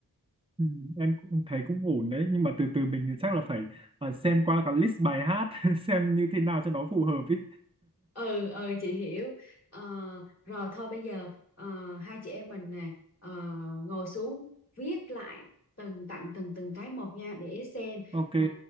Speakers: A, on the right; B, on the left.
A: ừm, Em cũng thấy cũng ổn đấy. Nhưng mà từ từ mình chắc là phải ờ, xem qua cả list bài hát. <laughs> Xem như thế nào cho nó phù hợp ý.
B: ừ ừ chị hiểu Ờ, rồi thôi bây giờ ờ, hai chị em mình nè ờ, ngồi xuống viết lại từng tặng từng từng cái một nha để xem
A: Ok.
B: Ờ,